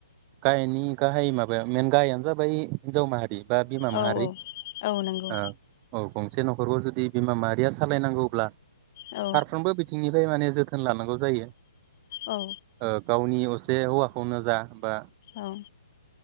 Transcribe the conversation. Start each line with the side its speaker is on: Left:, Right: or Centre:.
Right: गाहायनि गाहाय माबाया मेन गाहायानो जाबाय हिनजाव माहारि। बा बिमा
Left: औ
Right: माहारि
Left: औ नंगौ
Right: ओ औ बुं। से न'खरखौ जुदि बिमा माहारिया सालायनांगौब्ला।
Left: औ
Right: फारफ्रोमबो बिथिंनिफ फ्राय माने जोथोन लानांगौ जायो।
Left: औ
Right: ओ गावनिय असे हौवाखौनो जा बा
Left: औ।